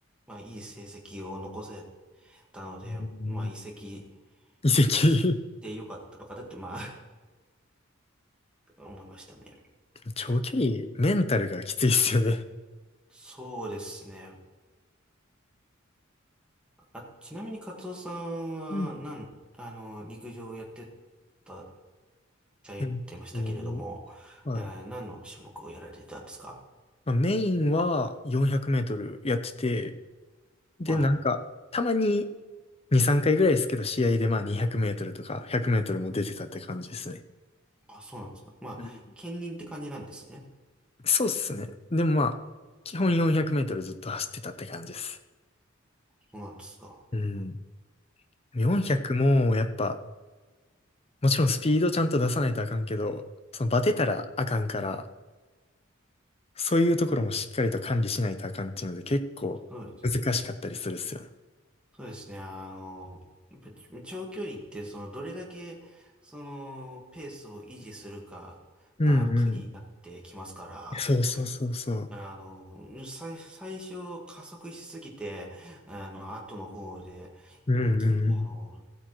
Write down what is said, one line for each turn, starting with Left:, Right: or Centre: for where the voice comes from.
Centre: まあ、いい成績を残せたので、
Left: う
Centre: まあ、移籍
Left: ん移籍。
Centre: してよかったのかなって、まあ、<laughs> 思いましたね。
Left: 長距離、
Centre: えっと、
Left: メンタルがきついっすよね。
Centre: そうですね。あ、ちなみにカツオさんは、
Left: うん。
Centre: なん、あの、陸上をやってたって言ってましたけれども、
Left: うんと。はい
Centre: えー何の種目をやられてたんですか
Left: まあ、メインは400メートルやってて、で、
Centre: はい。
Left: なんか、たまに2、3回ぐらいですけど、試合でまあ200メートルとか100メートルも出てたって感じですね。
Centre: あ、そうなんですか。まあ、
Left: うん
Centre: 兼任って感じなんですね。
Left: そうっすね。でもまあ、基本400メートルずっと走ってたって感じです。
Centre: そうなんですか。
Left: うん。400もやっぱ、
Centre: え
Left: もちろんスピードちゃんと出さないとあかんけど、そのバテたらあかんから、そういうところもしっかりと管理しないとあかんっていうので結構難しかったりするっすよね。
Centre: そうですね。そうですね。あの、やっぱり長距離って、その、どれだけ、その、ペースを維持するかが鍵になってきますから、
Left: うんうん。そうそうそうそう。
Centre: あの、最、最初加速しすぎて、あの、後の方で、
Left: うんうんうん。
Centre: きあの、